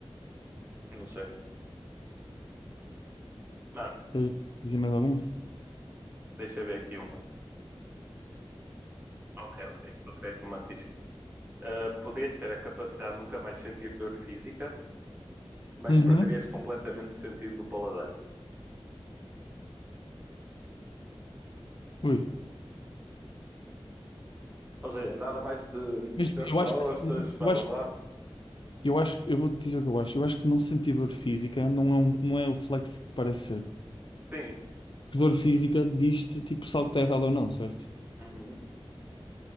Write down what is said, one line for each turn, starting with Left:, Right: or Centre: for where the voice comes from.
Right: não sei. Mano,
Left: Quer dizer mais alguma?
Right: deixa eu ver aqui uma. Ok, ok, estou a criar aqui uma ficha. Uh, podias ter a capacidade de nunca mais sentir dor física, mas
Left: Uhum.
Right: perderias completamente o sentido do paladar.
Left: Ui.
Right: Ou seja, nada mais de
Left: Mas
Right: dor de
Left: eu acho
Right: costas,
Left: que sim.
Right: blá
Left: Eu
Right: blá
Left: acho,
Right: blá.
Left: eu acho, eu vou-te dizer o que eu acho. Eu acho que não sentir dor física não é, um- não é o flex que parece ser.
Right: Sim,
Left: Porque dor física diz-te, tipo, se algo está errado ou não, certo?
Right: uhum.